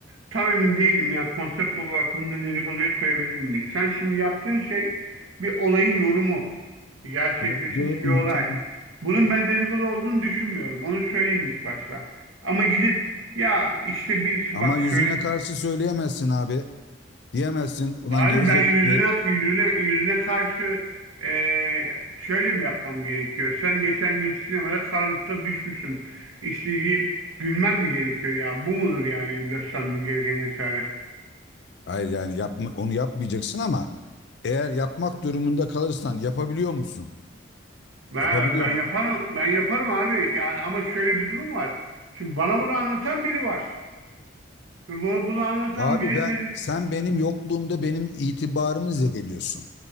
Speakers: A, on the right (about 80°); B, on the left (about 55°).
A: Tam emin değilim ya konsept olarak bunu da dedikoduya koyabilir miyiz? Sen şimdi yaptığın şey bir olayın yorumu. Gerçekleşmiş
B: "Evet, doğru
A: bir
B: mu
A: olay.
B: tamam.
A: Bunun
B: Evet.
A: ben dedikodu olduğunu düşünmüyorum. Onu söyleyeyim ilk başta. Ama gidip ya işte birisi
B: Ama
A: bak
B: yüzüne
A: şöyle
B: karşı söyleyemezsin abi. Diyemezsin ulan
A: Abi
B: gerizek,
A: ben yüzüne yüzüne yüzüne karşı eee, şöyle mi yapmam gerekiyor? Sen geçen gün sinemada karanlıkta düşmüşsün. İşte deyip gülmem mi gerekiyor ya? Bu mudur yani benim göstermem gereken cesaret?
B: Hayır yani yapma, onu yapmayacaksın ama eğer yapmak durumunda kalırsan yapabiliyor musun?
A: Ben,
B: Yapabiliyor
A: ben yaparım ben yaparım abi. Yani ama şöyle bir durum var. Şimdi bana bunu anlatan biri var. Ve bunu bunu anlatan
B: Abi
A: biri
B: ben
A: de
B: sen benim yokluğumda benim itibarımı zedeliyorsun.